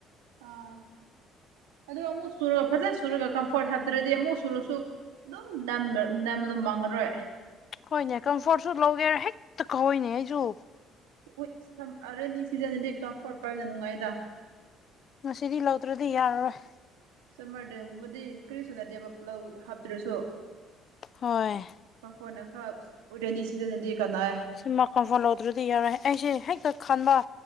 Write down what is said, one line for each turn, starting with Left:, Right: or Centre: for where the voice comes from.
Right: ꯑꯥ ꯑꯗꯨ ꯑꯃꯨꯛ ꯁꯨꯔꯒ ꯐꯖꯅ ꯁꯨꯔꯒ ꯀꯝꯐꯣꯔꯠ ꯍꯥꯞꯇ꯭ꯔꯗꯤ ꯑꯃꯨꯛ ꯁꯨꯔꯁꯨ ꯑꯗꯨꯝꯗꯥꯝ ꯑꯗꯨꯝ ꯃꯥꯡꯉꯔꯣꯏ
Left: ꯍꯣꯏꯅꯦ ꯀꯝꯐꯣꯔꯠꯁꯨ ꯂꯧꯒꯦꯔꯥ ꯍꯦꯛꯇ ꯀꯧꯋꯏꯅꯦ ꯑꯩꯁꯨ
Right: ꯎꯠ ꯁꯝ ꯑꯔꯅꯤ ꯁꯤꯖꯤꯟꯅꯗꯦ ꯀꯝꯐꯣꯔꯠ ꯄꯥꯏꯕꯅ ꯅꯨꯡꯉꯥꯏꯗ
Left: ꯉꯁꯤꯗꯤ ꯂꯧꯗ꯭ꯔꯗꯤ ꯌꯥꯔꯔꯣꯏ
Right: ꯆꯃꯔꯗꯦꯒꯨꯝꯕꯗꯤ ꯀꯔꯤꯁꯨ ꯅꯠꯇꯦꯕ ꯂꯧ ꯍꯥꯞꯇ꯭ꯔꯁꯨ
Left: ꯍꯣꯏ
Right: ꯃꯐꯣꯟꯅ ꯈꯔ ꯑꯣꯏꯔꯅꯤ ꯁꯤꯖꯤꯟꯅꯗꯤꯦ ꯀꯅꯥ
Left: ꯁꯤ ꯃꯈꯟ ꯐꯣꯟꯍꯗ꯭ꯔꯗꯤ ꯌꯥꯔꯣꯏꯦ ꯑꯩꯁꯦ ꯍꯦꯛꯇ ꯈꯟꯕ